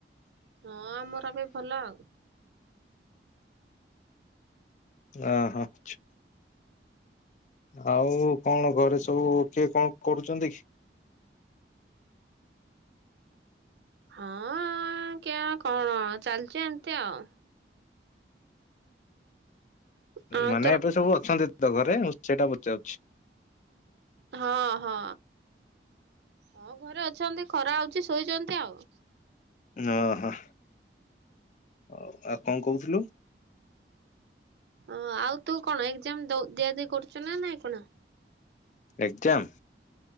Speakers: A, on the right (about 70°); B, on the left (about 45°).
A: ହଁ ଆମର ଏବେ ଭଲ ଆଉ।
B: ଅ ହଁ ଛୁ। ଆଉ କଣ ଘରେ ସବୁ କିଏ କଣ କରୁଚନ୍ତି?
A: ହଁ କିଏ କଣ ଚାଲିଚି ଏମିତି ଆଉ। ଆଉ
B: ମାନେ
A: ତୋର
B: ଏବେ ସବୁ ଅଛନ୍ତି ତ ଘରେ ମୁଁ ସେଇଟା ପଚାରୁଚି?
A: ହଁ ହଁ। ହଁ ଘରେ ଅଛନ୍ତି ଖରା ହଉଚି ଶୋଇଚନ୍ତି ଆଉ।
B: ହଁ ହଁ ଆଉ କଣ କୋଉଥୁଲୁ?
A: ଓ ଆଉ ତୁ କଣ ଏକ୍ଜାମ ଦଉ ଦିଆ ଦୁଇ କରୁଚୁ ନା ନାଇଁ କଣ?
B: ଏଗ୍ ଜାମ୍